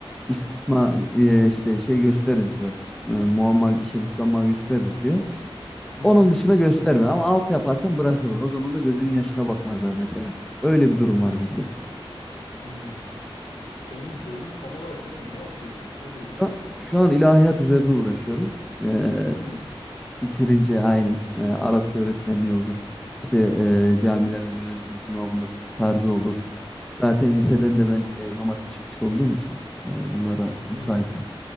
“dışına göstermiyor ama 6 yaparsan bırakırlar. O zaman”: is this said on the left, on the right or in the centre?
Centre